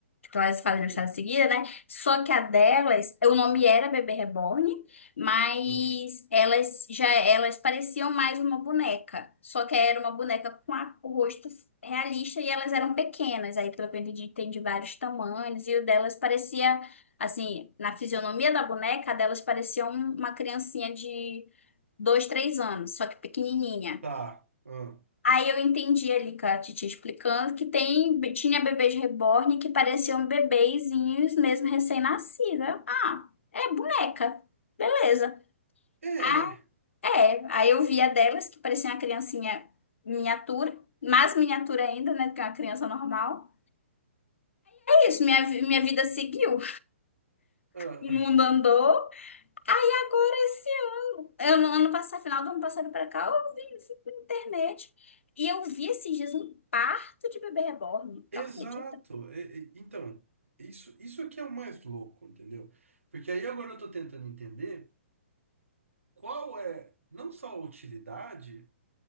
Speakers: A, on the left (about 70°); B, on the right (about 75°).
A: Então elas fazem aniversário
B: hum,
A: em seguida, né? Só que a delas, o nome era bebê reborn, mas
B: hum,
A: elas já elas pareciam mais uma boneca, só que era uma boneca com a- o rosto realista e elas eram pequenas. Aí, pelo que eu entendi, tem de vários tamanhos. E o delas parecia, assim, na fisionomia da boneca, a delas parecia um- uma criancinha de dois, três anos, só que pequenininha.
B: tá. Ah,
A: Aí eu entendi ali com a Titi explicando que tem, tinha bebês reborn que pareciam bebezinhos mesmo recém-nascida. Ah, é boneca. Beleza.
B: é.
A: Ah, é. Aí eu via delas que parecia uma criancinha miniatura, mais miniatura ainda, né, do que uma criança normal. isso, minha, vi- minha vida seguiu,
B: Ah,
A: o mundo andou. Aí agora esse ano, ano, ano passado, final do ano passado pra cá, eu vi, fui na internet e eu vi esses dias um parto de bebê reborn.
B: exato.
A: Tu acredita?
B: E- e- então, isso, isso aqui é o mais louco, entendeu? Porque aí agora eu tô tentando entender qual é não só a utilidade.